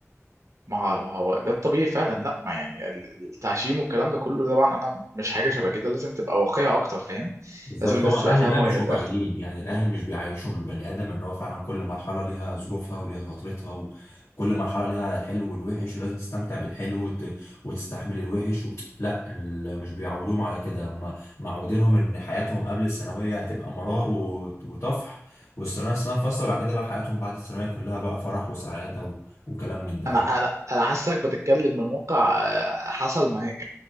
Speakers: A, on the right (about 75°); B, on the left (about 65°).
A: ما ما هو ده الطبيعي فعلا لا ما يعني ال- التعشيم والكلام ده كله طبعا انا مش حاجه شبه كده لازم تبقى واقعيه اكتر فاهم
B: بالظبط
A: لازم الناس
B: هو الاهل
A: تبقى فاهمه
B: بقى مش
A: وهي
B: واقعيين
A: داخله
B: يعني الاهل مش بيعيشوا البني ادم ان هو فعلا كل مرحله ليها ظروفها وليها فترتها وكل مرحله ليها الحلو والوحش ولازم تستمتع بالحلو وت... وتستحمل الوحش و... لا ال- مش بيعودوهم على كده هم معودينهم ان حياتهم قبل الثانويه هتبقى مرار و... وطفح والثانويه الثانويه فاصله بعد كده بقى حياتهم بعد الثانويه كلها بقى فرح وسعاده و... وكلام من ده
A: انا
B: فاهم
A: انا انا حاسسك بتتكلم من واقع آه، حصل معايا